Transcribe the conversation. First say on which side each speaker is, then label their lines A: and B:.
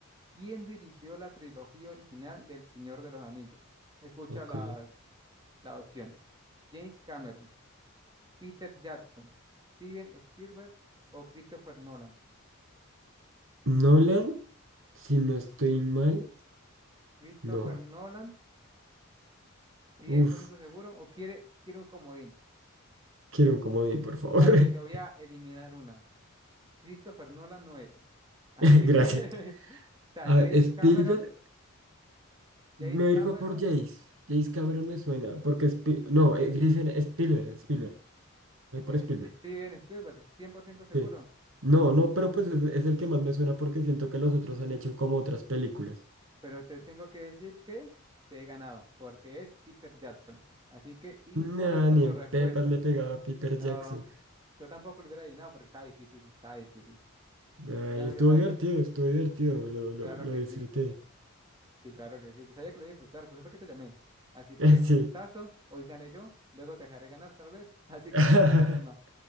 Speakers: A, on the right; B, on the right.
A: ¿quién dirigió la trilogía original del Señor de los Anillos? Escucha
B: ok.
A: las, las opciones. James Cameron, Peter Jackson, Steven Spielberg o Christopher Nolan.
B: Nolan, si no estoy mal,
A: Christopher
B: no.
A: Nolan, cien
B: Uf,
A: por ciento seguro, o quiere, quiere un comodín.
B: quiero un comodín, por favor.
A: Dale,
B: <laughs>
A: te voy a eliminar una. Christopher Nolan no es. Así
B: Gracias.
A: que <laughs> está
B: A
A: James
B: ver, Spielberg,
A: Cameron,
B: me
A: James Cameron,
B: voy a ir por Jace. Jace Cameron me suena, porque Spi- no, eh, Griffin, Spielberg, Spielberg. Voy
A: eh,
B: por Spielberg.
A: Steven Spielberg, 100% seguro.
B: Sí. No, no, pero pues es, es el que más me suena porque siento que los otros han hecho como otras películas.
A: Pero te tengo que decir que te he ganado, porque es Peter Jackson. Así que incorrecta
B: Nah, ni
A: tu
B: en
A: respuesta.
B: Pepas le pegaba a Piper
A: No,
B: Jackson.
A: yo tampoco lo hubiera adivinado porque estaba difícil, estaba difícil.
B: Ay,
A: Sinceramente
B: estuvo
A: está
B: divertido,
A: difícil.
B: estuvo divertido, lo, lo,
A: Claro
B: lo
A: que
B: disfruté.
A: sí, sí, claro que sí. Yo sabía que lo iba a disfrutar, por eso fue que te llamé. Así que
B: <laughs>
A: un
B: Sí.
A: gustazo, hoy gané yo, luego te dejaré ganar tal vez. <laughs> Así
B: <laughs>
A: que hasta la próxima.